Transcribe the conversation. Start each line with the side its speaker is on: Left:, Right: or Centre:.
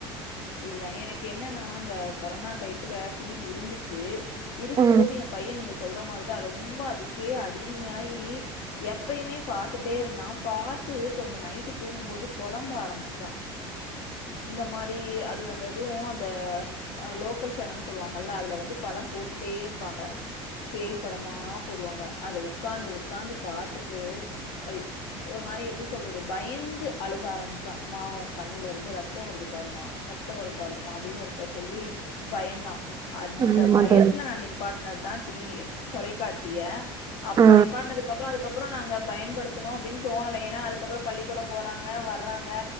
Left: இல்ல எனக்கு என்னன்னா அந்த கொரோனா டையத்துல டி வி இருந்துச்சு இருக்கும்
Right: ஆ
Left: போது எ பையன் நீங்க சொல்ற மாரிதா ரொம்ப அதுக்கே அடிமையாயி எப்பயுமே பாத்துட்டே இருந்தா பாத்து கொஞ்சோ நைட்டு தூங்கும் போது பொலம்ப ஆரம்பிச்சுட்டா இந்த மாரி அது அந்ததுஅந்த அ லோக்கல் சேனல்னு சொல்லுவாங்கல்ல அதுல வந்து படோ போட்டுட்டே இருப்பாங்க பேய் படமா போடுவாங்க அத உக்காந்து உக்காந்து பாத்துட்டு அய்யோ ஒரு மாரி எப்படி சொல்றது பயந்து அழுக ஆரம்பிச்சா அம்மா ஓ கண்ணுல இருந்து ரத்தோ வருது பாருமா ரத்தோ வரு பாருங்கமா அப்டின்னு ஒருக்க சொல்லி பயந்தா அந்த
Right: ஆமா
Left: பயத்துல
Right: தோழி
Left: நா நிப்பாட்னதுதா டி விய தொலைக்காட்சிய அப்ப
Right: ஆ
Left: நீப்பாட்னதுக்கப்புறோ அதுக்கப் புறோ நாங்க பயன்படுத்தணோ அப்டின்னு தோணல ஏனா அதுக்கப்புறோ பள்ளிக்கூடோ போறாங்க வர்றாங்க